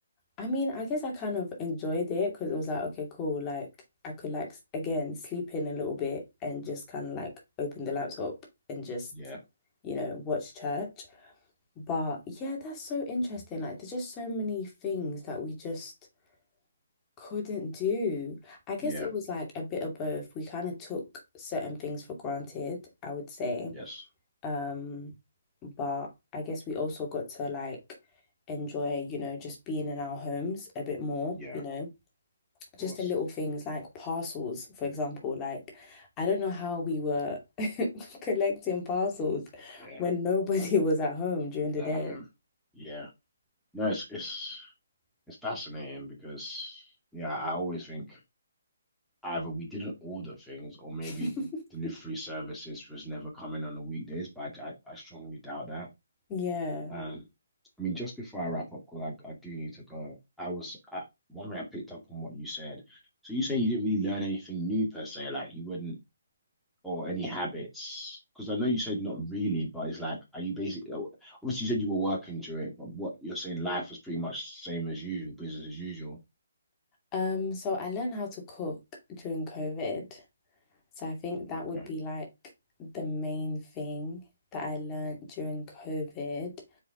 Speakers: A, on the left (about 20°); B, in the centre.
A: I mean, I guess I kind of enjoyed it because it was like, okay, cool. Like I could like s- again sleep in a little bit and just kind of like open the laptop and just,
B: Yeah.
A: you know, watch church. But yeah, that's so interesting. Like there's just so many things that we just couldn't do. I guess
B: Yeah.
A: it was like a bit of both. We kind of took certain things for granted, I would say.
B: Yes.
A: Um, but I guess we also got to like enjoy, you know, just being in our homes a bit more,
B: Yeah.
A: you
B: Of
A: know just
B: course.
A: the little things like parcels, for example. Like, I don't know how we were <laughs> collecting parcels
B: Yeah.
A: when nobody <laughs> was at home during
B: At
A: the
B: that
A: day.
B: home. Yeah. No, it's it's it's fascinating because yeah, I always think. either we didn't order things or maybe
A: <laughs>
B: delivery services was never coming on the weekdays, but I, I strongly doubt that.
A: Yeah.
B: Um, I mean, just before I wrap up, because I, I do need to go, I was I, one way I picked up on what you said. So you saying you didn't really learn anything new per se, like you wouldn't, or any habits? Because I know you said not really, but it's like, are you basically, obviously you said you were working through it, but what you're saying, life was pretty much same as usual, business as usual.
A: Um, so I learned how to cook during COVID. So I think that would
B: Okay,
A: be like the main thing that I learned during COVID.